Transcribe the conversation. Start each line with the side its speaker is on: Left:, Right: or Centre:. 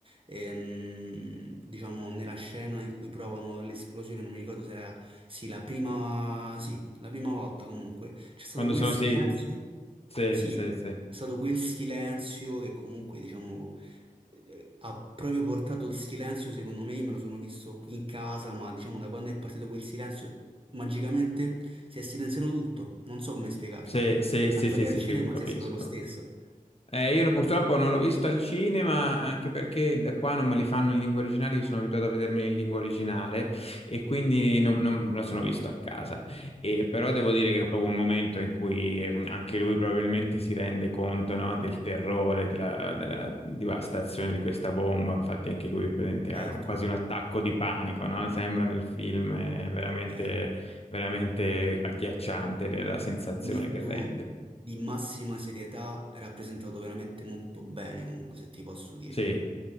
Right: ehm, diciamo, nella scena in cui provano l'esplosione, non mi ricordo se era, sì, la prima, sì, la prima volta comunque, c'è stato
Left: Quando
Right: quel
Left: sono
Right: silenzio.
Left: sì, sì,
Right: Sì,
Left: sì, sì,
Right: è stato quel silenzio che comunque, diciamo, eh, ha proprio portato il silenzio, secondo me, io me lo sono visto qui in casa, ma diciamo da quando è partito quel silenzio, magicamente si è silenziato tutto, non so come spiegartelo.
Left: sì, sì, sì,
Right: Tanto
Left: sì,
Right: che
Left: sì,
Right: al cinema
Left: sì, capisco.
Right: sia stato lo stesso,
Left: Eh, io purtroppo non l'ho visto al cinema, anche perché da qua non me li fanno in lingua originale, io sono abituato a vedermi in lingua originale e quindi non, non me lo sono visto a casa. E però devo dire che è proprio un momento in cui eh, anche lui probabilmente si rende conto, no, del terrore, della, della devastazione di questa bomba. Infatti anche lui praticamente,
Right: certo,
Left: ha quasi un attacco di panico, no? Sembra nel film, è veramente,
Right: certo.
Left: veramente agghiacciante la sensazione
Right: Un momento
Left: che rende.
Right: di massima serietà rappresentato veramente molto bene, comunque, se ti posso dire.
Left: Sì,